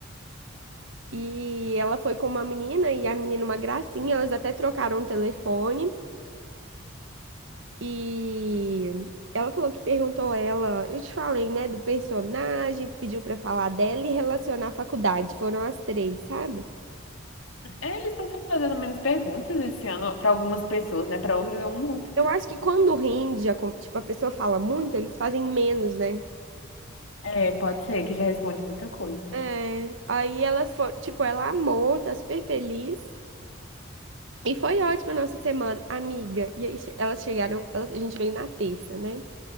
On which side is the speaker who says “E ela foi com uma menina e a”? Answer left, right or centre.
Right